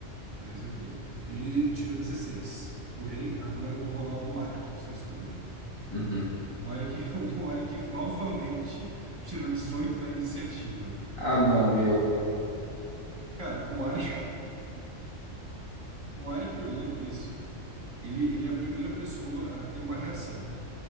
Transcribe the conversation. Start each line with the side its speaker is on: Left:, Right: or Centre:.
Right: Dois, ok. Ele tirou dezesseis O rei, agora eu vou rolar o do Arik, o seu escudeiro.
Left: Uhum.
Right: O Arik, <laughs> o Arik novamente tirou 18 da iniciativa.
Left: Ah, não, meu.
Right: Cara, o Arik, o Arik olhando isso, ele, ele é a primeira pessoa a ter uma reação.